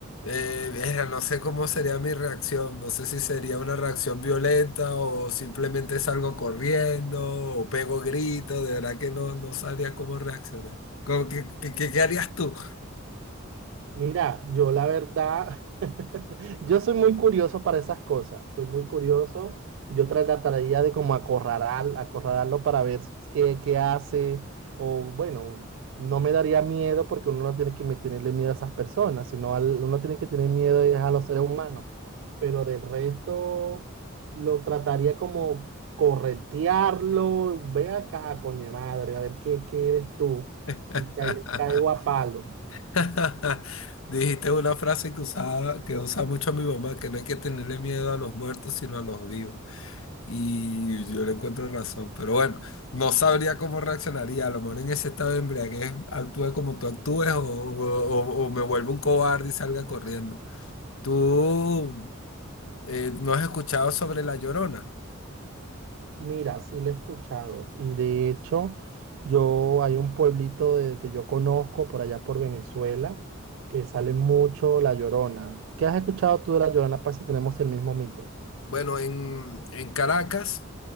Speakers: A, on the left (about 80°); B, on the right (about 65°).
A: Eh, verga, no sé cómo sería mi reacción, no sé si sería una reacción violenta o simplemente salgo corriendo o pego gritos, de verdad que no, no sabría cómo reaccionar. ¿Cómo- qué, qué- qué- qué harías tú?
B: Mira, yo la verdad, <laughs> yo soy muy curioso para esas cosas, soy muy curioso. Yo tras la tarea de como acorralar, acorralarlo para ver si es que- qué hace, o bueno, no me daría miedo porque uno no tiene que me- tenerle miedo a esas personas, sino al- uno tiene que tener miedo es a los seres humanos. Pero del resto, lo trataría como corretearlo, ve acá, coño de madre, a ver qué, qué eres tú,
A: <laughs>
B: y ca- le caigo a palo.
A: <laughs> Dijiste una frase que usaba, que usa mucho mi mamá, que no hay que tenerle miedo a los muertos, sino a los vivos. Y yo le encuentro razón, pero bueno, no sabría cómo reaccionaría. A lo mejor en ese estado de embriaguez actúe como tú actúes o, o- o- o me vuelvo un cobarde y salga corriendo. ¿Tú eh, no has escuchado sobre La Llorona?
B: Mira, sí lo he escuchado. Y de hecho, yo hay un pueblito de, que yo conozco por allá por Venezuela que sale mucho La Llorona. ¿Qué has escuchado tú de La Llorona para si tenemos el mismo mito?
A: Bueno, en, en Caracas.